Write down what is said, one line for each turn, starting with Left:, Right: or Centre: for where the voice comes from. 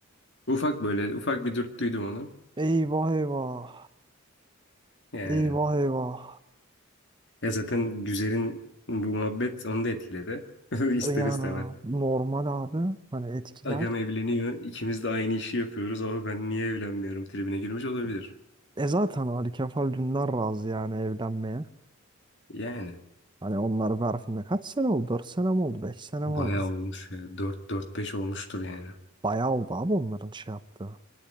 Left: ufak böyle ufak bir dürttüydüm onu.
Right: Eyvah eyvah.
Left: Yani
Right: Eyvah eyvah.
Left: ya zaten Güzel'in bu muhabbet onu da etkiledi. <laughs> İster
Right: Ya
Left: istemez.
Right: normal abi. Hani etkiler.
Left: Agam evleniyor. ikimiz de aynı işi yapıyoruz ama ben niye evlenmiyorum tribine girmiş olabilir.
Right: E zaten Ali Kefal Dündar razı yani evlenmeye.
Left: Yani
Right: Hani onlar Berfin'le kaç sene oldu? 4 sene mi oldu? 5 sene mi
Left: bayağı
Right: oldu?
Left: olmuş ya. Dört dört beş olmuştur yani.
Right: Bayağı oldu abi onların şey yaptığı.